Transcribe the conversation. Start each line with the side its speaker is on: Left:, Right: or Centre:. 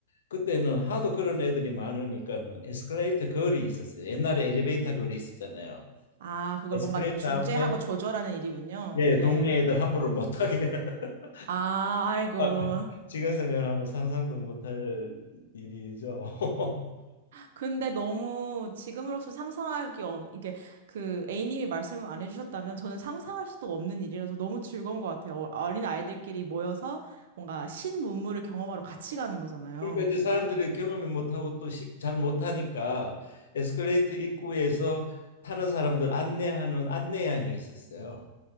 Left: 그때는 하도 그런 애들이 많으니까는 에스컬레이터 거리 있었어요. 옛날에 엘리베이터 거리 있었잖아요.
Right: 아, 그걸
Left: 에스컬레이터
Right: 뭔가 중재하고
Left: 앞에
Right: 조절하는 일이군요.
Left: 예,
Right: 네.
Left: 동네 애들 함부로 못 타게. <laughs>
Right: 아, 아이고.
Left: 아, 지금 생각하면 상상도 못할 일이죠. <laughs>
Right: 근데 너무 지금으로서 상상하기, 어, 이게 그 A님이 말씀을 안 해주셨다면 저는 상상할 수도 없는 일이라서 너무 즐거운 것 같아요. 어- 어린 아이들끼리 모여서 뭔가 신문물을 경험하러 같이 가는 거잖아요.
Left: 그러니까 이제 사람들이 경험을 못하고 또 잘 못하니까 에스컬레이터 입구에서 타는 사람들 안내하는 안내양이 있었어요.